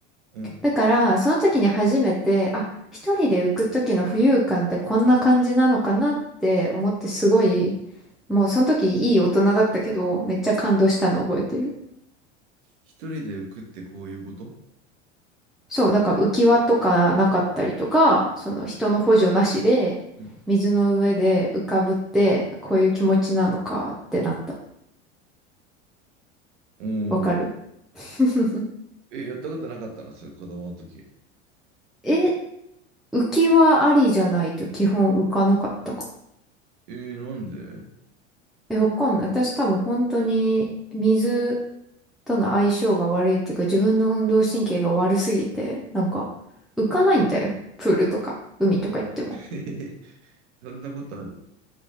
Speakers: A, on the right; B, in the centre.
A: うん
B: だから、その時に初めて、あ、一人で浮く時の浮遊感ってこんな感じなのかなって思ってすごい、もうその時いい大人だったけど、めっちゃ感動したの覚えてる。
A: 一人で浮くってこういうこと
B: そう、だから浮き輪とかなかったりとか、その人の補助なしで、
A: うん。
B: 水の上で浮かぶって、こういう気持ちなのかってなった。
A: おー
B: わかる <laughs>
A: え、やったことなかったのそれ、子供の時。
B: え、浮き輪ありじゃないと基本浮かなかったかも。
A: えー、なんで
B: え、わかんない。私多分本当に水との相性が悪いっていうか、自分の運動神経が悪すぎて、なんか浮かないんだよ。プールとか、海とか行っても。
A: <laughs> そんなことある。